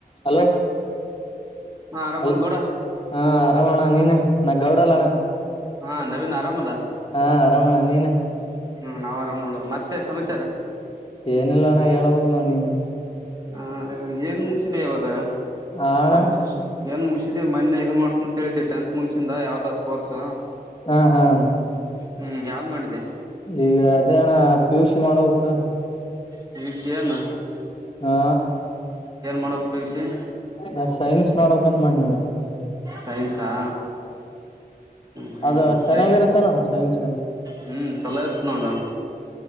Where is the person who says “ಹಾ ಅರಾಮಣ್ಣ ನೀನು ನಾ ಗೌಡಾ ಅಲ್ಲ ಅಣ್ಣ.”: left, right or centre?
Left